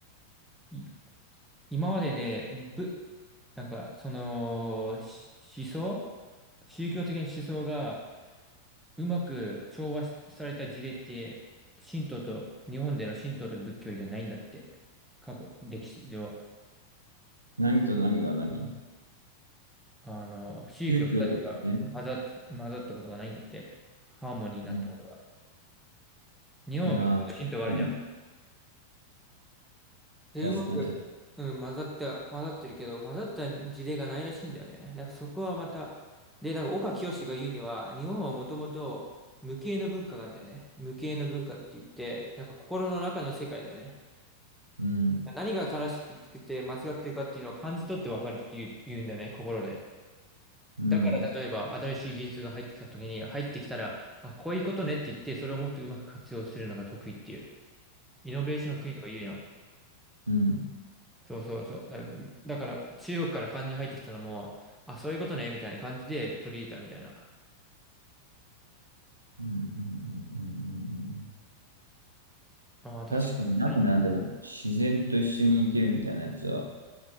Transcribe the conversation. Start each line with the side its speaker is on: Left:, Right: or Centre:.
Centre: い今までで、ぶ、なんか、その、し思想宗教的な思想がうまく調和された事例って、神道と、日本での神道と仏教以外ないんだって。過去、歴史上、
Right: 何と何が何
Centre: あの、宗教二つが混ざって、
Right: 宗教としてね。
Centre: 混ざったことがないんだって。ハーモニーになったことが。
Right: う
Centre: 日本は仏教と神道があるじゃん。
Right: ん。ああ、確かに。
Centre: で、
Right: 確かに、
Centre: うまく、
Right: 確か
Centre: うん、混ざって、混ざってるけど、混ざった事例がないらしいんだよね。だからそこはまた、で、なんか岡清が言うには、日本はもともと無形の文化があるんだよね。無形の文化って言って、なんか心の中の世界だよね。
Right: に。うん。
Centre: 何が正しくて間違ってるかっていうのを感じ取って分かるっていう言うんだよね、心で。
Right: うん。
Centre: だから例えば新しい技術が入ってきた時に、入ってきたら、あ、こういうことねって言って、それをもっとうまく活用するのが得意っていう。イノベーションの国とか言うやん。
Right: うん。
Centre: そうそうそう。だ、だから中国から漢字入ってきたのも、あ、そういうことね、みたいな感じで取り入れたみたいな。
Right: うんうんうんうんうんうん
Centre: ああ、確か
Right: 確かにないな、でも、自然と一緒に生きるみたいなやつは。